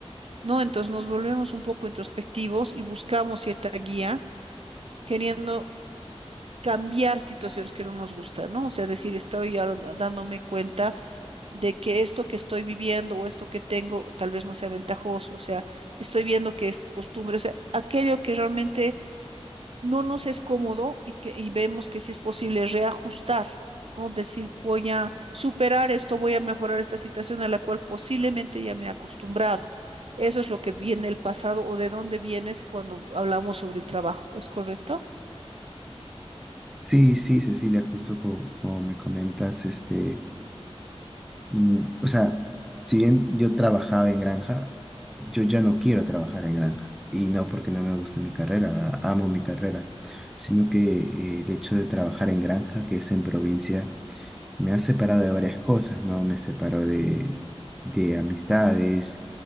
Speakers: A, on the right; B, in the centre.
A: ¿no? Entonces nos volvemos un poco introspectivos y buscamos cierta guía, queriendo cambiar situaciones que no nos gustan, ¿no? O sea, decir, estoy ahora dándome cuenta de que esto que estoy viviendo o esto que tengo tal vez no sea ventajoso, o sea, estoy viendo que es costumbre, o sea, aquello que realmente no nos es cómodo y, que, y vemos que si es posible reajustar, ¿no? Decir, voy a superar esto, voy a mejorar esta situación a la cual posiblemente ya me he acostumbrado. Eso es lo que viene el pasado o de dónde vienes cuando hablamos sobre el trabajo, ¿es correcto?
B: Sí, sí, Cecilia, justo co- como, me comentas, este, mm, o sea, si bien yo trabajaba en granja, yo ya no quiero trabajar en granja. Y no porque no me guste mi carrera, a- amo mi carrera, sino que eh, el hecho de trabajar en granja, que es en provincia, Me ha separado de varias cosas, ¿no? Me separó de, de amistades,